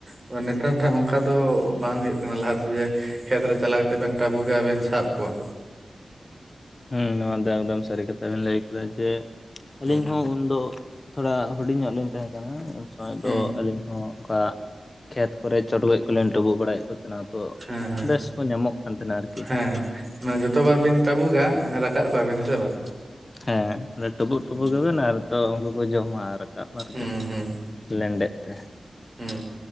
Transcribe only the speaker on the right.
ᱵᱟᱠᱷᱟᱱ ᱱᱮᱛᱟᱨ ᱫᱚ ᱚᱱᱠᱟ ᱫᱚ ᱵᱟᱝ ᱦᱩᱭᱩᱜ ᱠᱟᱱᱟ ᱞᱟᱦᱟ ᱛᱮ ᱡᱮ ᱠᱷᱮᱛ ᱨᱮ ᱪᱟᱞᱟᱣ ᱠᱟᱛᱮᱫ ᱵᱮᱱ ᱴᱟᱵᱩᱜᱟ ᱟᱨ ᱵᱮᱱ ᱥᱟᱵ ᱠᱚᱣᱟ᱾
ᱦᱩᱸ
ᱦᱩᱸ
ᱦᱮᱸ ᱦᱮᱸ
ᱦᱮᱸ ᱢᱟᱱᱮ ᱡᱚᱛᱚ ᱵᱟᱨ ᱵᱤᱱ ᱴᱟᱵᱩᱜᱟ, ᱮᱸ ᱨᱟᱠᱟᱵ ᱠᱚᱣᱟᱵᱤᱱ ᱦᱮᱸ ᱥᱮ ᱵᱟᱝ?
ᱦᱩᱸ
ᱦᱩᱸ ᱦᱩᱸ
ᱦᱩᱸ,